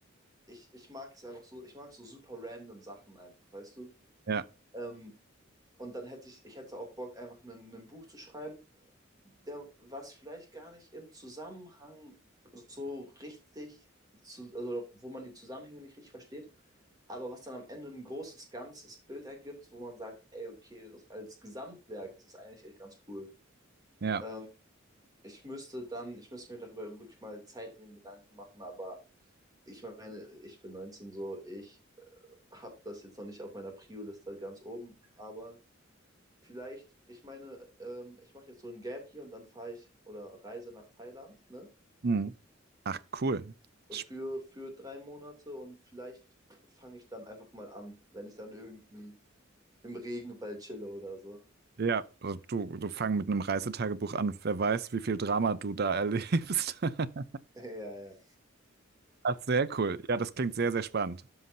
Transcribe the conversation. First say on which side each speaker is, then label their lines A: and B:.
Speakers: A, on the right; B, on the right.
A: Ich, ich mag es einfach so, ich mag so super random Sachen einfach, weißt du?
B: ja,
A: Ähm, und dann hätte ich, ich hätte auch Bock, einfach ein Buch zu schreiben, der, was vielleicht gar nicht im Zusammenhang so richtig, zu, also wo man die Zusammenhänge nicht richtig versteht, aber was dann am Ende ein großes, ganzes Bild ergibt, wo man sagt, ey, okay, das, als Gesamtwerk ist das eigentlich echt ganz cool.
B: ja.
A: Ähm, ich müsste dann, ich müsste mir darüber wirklich mal Zeit in den Gedanken machen, aber ich meine, ich bin 19 so, ich habe das jetzt noch nicht auf meiner Prio-Liste ganz oben, aber Vielleicht, ich meine, ähm, ich mache jetzt so ein Gap hier und dann fahre ich oder reise nach Thailand, ne?
B: Hm. Ach, cool. Sp-
A: Für, für drei Monate und vielleicht fange ich dann einfach mal an, wenn ich dann irgendwie im Regenwald chille oder so.
B: Ja, also du, du fang mit einem Reisetagebuch an. Wer weiß, wie viel Drama du da erlebst. <laughs>
A: <laughs> Ja, ja.
B: Ach, sehr cool. Ja, das klingt sehr, sehr spannend.